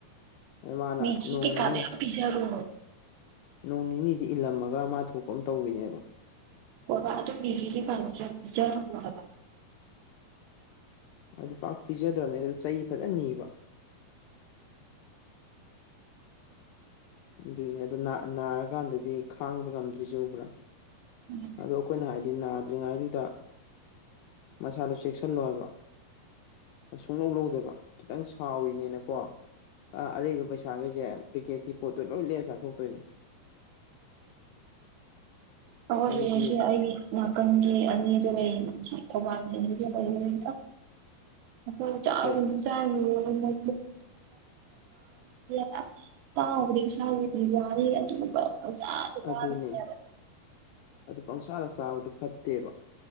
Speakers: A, on the left; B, on the right.
A: ꯑ ꯃꯥꯅ
B: ꯃꯦꯒꯤ
A: ꯅꯣꯡꯅꯤꯅꯤ
B: ꯀꯩꯀꯥꯗꯣ ꯌꯥꯝ ꯄꯤꯖꯔꯨꯅꯨ
A: ꯅꯣꯡ ꯅꯤꯅꯤꯗꯤ ꯏꯜꯂꯝꯃꯒ ꯃꯥ ꯊꯣꯛꯄ ꯑꯃ ꯇꯧꯕꯤꯅꯦꯕ
B: ꯍꯣꯕ ꯑꯗꯨ ꯃꯦꯒꯤꯗꯤ ꯀꯥꯡꯍꯎꯁꯨ ꯌꯥꯝ ꯄꯤꯖꯔꯨꯅꯣ ꯍꯥꯏꯕ
A: ꯑꯗꯨ ꯄꯥꯛ ꯄꯤꯖꯗ꯭ꯔꯕꯅꯦ ꯑꯗꯨ ꯆꯩ ꯐꯖꯅ ꯅꯤꯕ ꯑꯗꯨꯏꯅꯦ ꯑꯗꯣ ꯅꯥ ꯅꯥꯔꯀꯥꯟꯗꯗꯤ ꯈꯥꯡꯕ ꯉꯝꯗ꯭ꯔꯤꯖꯦ ꯎꯕ꯭ꯔꯥ
B: ꯎꯝ
A: ꯑꯗꯣ ꯑꯩꯈꯣꯏꯅ ꯍꯥꯏꯗꯤ ꯅꯥꯗ꯭ꯔꯤꯉꯩꯗꯨꯗ ꯃꯁꯥꯗꯣ ꯆꯦꯛꯁꯤꯜꯂꯣ ꯍꯥꯏꯕ ꯁꯨꯛꯂꯧ ꯂꯧꯗꯕ ꯈꯤꯇꯪ ꯁꯥꯎꯔꯤꯅꯦꯅꯀꯣ ꯑ ꯑꯔꯩꯕ ꯄꯩꯁꯥꯈꯩꯁꯦ ꯄꯦꯀꯦꯠꯀꯤ ꯄꯣꯠꯇꯣ ꯂꯣꯏ ꯂꯩꯔ ꯆꯥꯊꯣꯛꯇꯣꯏꯅꯦ
B: <unintelligible>
A: ꯑꯗꯨꯗꯤ
B: ꯑꯩꯒꯤ ꯅꯥꯀꯟꯒꯤ ꯑꯅꯤꯗꯨ ꯂꯩ ꯊꯧꯕꯥꯜꯒꯤ ꯑꯅꯤ ꯂꯩ ꯑꯩꯣꯏ ꯆ
A: ꯀꯩ
B: ꯆ ꯃ ꯀ ꯇꯥꯎꯕꯗꯤ ꯏꯁꯥꯒꯤꯗ꯭ꯗꯤ ꯌꯥꯔꯤ ꯑꯗꯨꯒꯨꯝꯕꯖꯥꯗ ꯆꯥꯅꯕ
A: ꯑꯗꯨꯅꯤ ꯑꯗꯨ ꯄꯪꯁꯥꯅ ꯆꯥꯕꯗꯨꯣ ꯐꯠꯇꯦꯕ